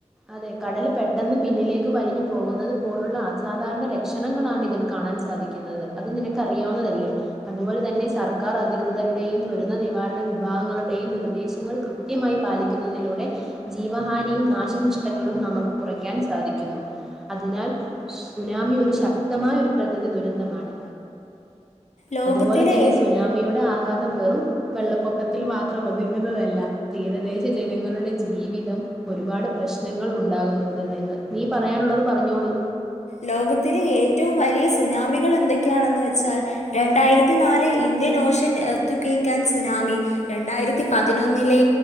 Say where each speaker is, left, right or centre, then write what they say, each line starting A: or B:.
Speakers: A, in the centre; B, on the left.
A: അതെ കടൽ പെട്ടെന്ന് പിന്നിലേക്കും വലിഞ്ഞു പോകുന്നത് പോലുള്ള അസാധാരണ ലക്ഷണങ്ങളാണ് ഇതിൽ കാണാൻ സാധിക്കുന്നത് അത് നിനക്ക് അറിയാവുന്നതല്ലേ അതുപോലെ ത്ത തന്നെ സർക്കാർ അധികൃതരുടെയും ദുരന്ത നിവാരണ വിഭാഗങ്ങളുടെയും നിർദ്ദേശങ്ങൾ കൃത്യമായി പാലിക്കുന്നത് ലൂടെ ജീവഹാനിയും നാശ നഷ് ട്ടങ്ങളും നമുക്ക് കുറയ്ക്കാൻ സാധിക്കുന്നു അതിനാൽ സുനാമി ഒരു ശക്തമായ ഒരു പ്രകൃതി ത് ദുരന്തമാണ്
B: ലോകത്തിലെ
A: അതുപോലെ തന്നെ സുനാമിയുടെ ആഘാതം വെറും വെള്ളപ്പൊക്കത്തിൽ മാ ത്രഒതുങ്ങുന്നതല്ല തീരദേശ ജനങ്ങളുടെ ജീവിതം ഒരുപാട് പ്രശ് നങ്ങൾ ഉണ്ടാകുന്നു ഇതിൽ നിന്ന് നീ പറയാനുള്ളത് പറഞ്ഞോളൂ
B: ലോകത്തിലെ ഏറ്റവും വലിയ സുനാമികൾ എന്തൊക്കെയാണെന്ന് വെച്ചാൽ രണ്ടായിരത്തി നാല് ഇ ഇന്ത്യൻ ഓഷൻ എത്തുകക്കാൻ സുനാമി രണ്ടായിരത്തി പതിനൊന്നിലെ